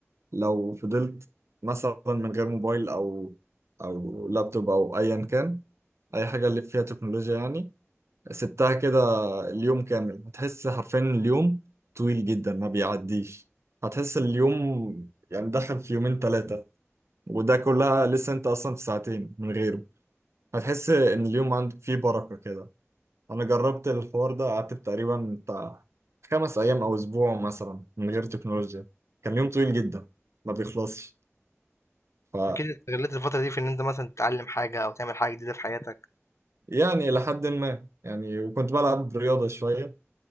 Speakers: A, on the right (about 65°); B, on the left (about 70°).
A: لو فضلت مثلا من غير موبايل او او لابتوب او ايا كان اي حاجة اللي فيها تكنولوجيا يعني سبتها كده اليوم كامل هتحس حرفيا اليوم طويل جدا ما بيعديش هتحس اليوم يعني دخل في يومين ثلاثة وده كلها لسه انت اصلا في ساعتين من غيره هتحس ان اليوم عندك فيه بركة كده انا جربت الحوار ده قعدت تقريبا بتاع خمس ايام او اسبوع مثلا من غير تكنولوجيا كان يوم طويل جدا ما بيخلصش ف
B: أكيد استغلّيت الفترة دي في إن أنت مثلًا تتعلّم حاجة أو تعمل حاجة جديدة في حياتك.
A: يعني لحد ما يعني وكنت بلعب رياضة شوية